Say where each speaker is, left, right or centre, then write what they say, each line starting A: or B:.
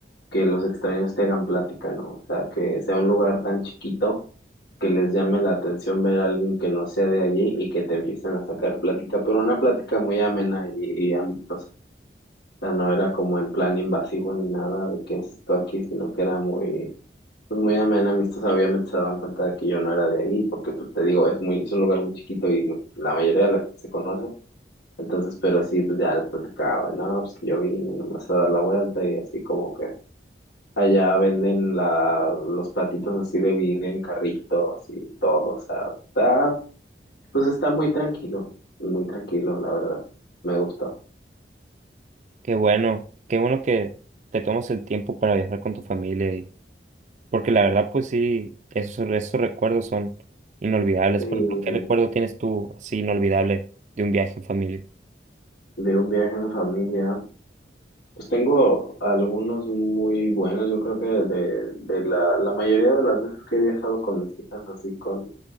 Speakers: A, on the left (about 85°); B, on the right (about 40°).
A: que los extraños te hagan plática, ¿no? O sea, que sea un lugar tan chiquito que les llame la atención ver a alguien que no sea de allí y que te empiecen a sacar plática, pero una plática muy amena y, y amistosa. O sea, no era como en plan invasivo ni nada de qué es esto aquí, sino que era muy, pues muy amena, amistosa. Obviamente se daban cuenta de que yo no era de ahí, porque pues te digo, es muy, es un lugar muy chiquito y muy- la mayoría de la gente se conoce. Entonces, pero sí, pues ya les platicaba, no, pues que yo vine nomás a dar la vuelta y así como que allá venden la, los platitos así de birria en carritos y todo, o sea, está pues está muy tranquilo, muy tranquilo, la verdad. Me gusta.
B: qué bueno, qué bueno que te tomas el tiempo para viajar con tu familia Porque la verdad, pues sí, esos, esos recuerdos son inolvidables.
A: Y
B: Por ejemplo, ¿qué recuerdo tienes tú así inolvidable de un viaje en familia?
A: de un viaje en familia, pues tengo algunos muy buenos. Yo creo que de, de la, la mayoría de las veces que he viajado con mis hijas, así con